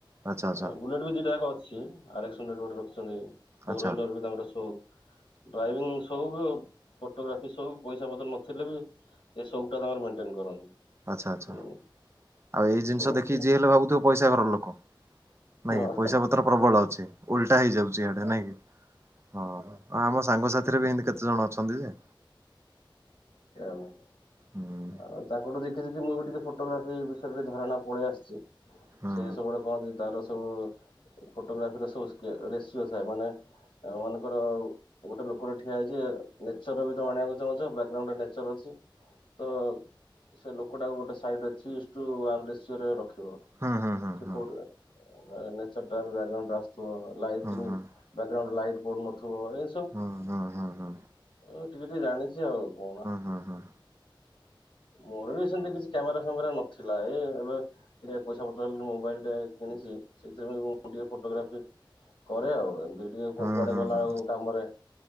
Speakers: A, on the right (about 30°); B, on the left (about 75°).
A: ଆଚ୍ଛା ଆଚ୍ଛା।
B: ଅ ବୁଲେଟ ବି ଦିଟାଯାକ ଅଛି ଆର ଏକ୍ସ ହୁଣ୍ଡ୍ରେଡ ବି ଗୋଟେ ରଖିଚନ୍ତି ଫୋର
A: ଆଚ୍ଛା
B: ହ୍ୱିଲର ବି ତାଙ୍କର ସଉକ। ଡ୍ରାଇଭିଂ ସଉକୁ ଫଟୋଗ୍ରାଫି ସଉକ ପଇସା ପତ୍ର ନଥିଲେ ବି ଏସବୁ। ହେରା ତାଙ୍କର ମେଣ୍ଟେନ କରନ୍ତି।
A: ଆଚ୍ଛା ଆଚ୍ଛା
B: ହୁଁ
A: ଆଉ ଏଇ ଜିନଷ
B: ସଉକ
A: ଦେଖିକି ଯିଏ ହେଲେ ଭାବୁଥିବ ପଇସା ଘରର ଲୋକ।
B: ହଁ
A: ନାଇଁକି ପଇସା ପତ୍ର ପ୍ରବଳ ଅଛି ଓଲଟା ହେଇଯାଉଚି ଇଆଡେ ନାଇଁକି ହଁ ଆମ ସାଙ୍ଗ। ସାଥିରେ ବି ଏନ୍ତି କେତେଜଣ ଅଛନ୍ତି ଯେ।
B: ଆଚ୍ଛା।
A: ହୁଁ
B: ଆଉ ତାଙ୍କଠୁ ଦେଖି ଦେଖି ମୁଁ ଏବେ ଟିକେ ଫଟୋଗ୍ରାଫି ବିଷୟରେ ଟିକେ ଧାରଣା ପଳେଇ ଆସଚି।
A: ହୁଁ
B: ସେ ସବୁବେଳେ କହନ୍ତି ତର ସବୁ ଫୋଟୋଗ୍ରାଫିର ସବୁ ରେସିଓ ଥାଏ ମାନେ ଆ ମାନଙ୍କର ଆଉ ଗୋଟେ ଲୋକଟେ ଠିଆ ହେଇଛି ନେଚରର ବି ତମେ ଆଣିବାକୁ ଚାହୁଁଛ ବା <unintelligible> ନେଚର ଅଛି ତ ସେ ଲୋକଟାକୁ ଗୋଟେ ସାଇଡ଼ରେ ଥ୍ରି ଇଯ୍ ଟୁ ୱାନ ରେସିଓରେ ରଖିବ
A: ହୁଁ ହୁଁ
B: <unintelligible>
A: ହୁଁ
B: ନେଚର ଟା ବ୍ୟାଗ୍ରାଉଣ୍ଡ ରୁ ଆସୁଥିବ ଲାଇଟିଂ
A: ହୁଁ ହୁଁ
B: ବ୍ୟାଗ୍ରାଉଣ୍ଡ ଲାଇଟ ପଡୁନଥିବ ଏ
A: ହୁଁ ହୁଁ ହୁଁ ହୁଁ।
B: ଏ ଟିକେ ଟିକେ ଜାଣିଛି ଆଉ କଣ?
A: ହୁଁ ହୁଁ ହୁଁ
B: ମୋର ବି ସେମିତି କିଛି କ୍ୟାମେରା ଫ୍ୟାମେରା ନଥିଲା ଏଇ ଏବେ ଟିକେ ପଇସା ପଠେଇଲୁନୁ ମୋବାଇଲଟେ କିଣିଚି ସେଥିରେ ମୁଁ ଟିକେ ଫଟୋଗ୍ରାଫି କରେ ଆଉ ଏମିତି ଟିକେ କୋଉଆଡ଼େ
A: ହୁଁ ହୁଁ ହୁଁ ହୁଁ
B: ଗଲା ବେଳକୁ କାମରେ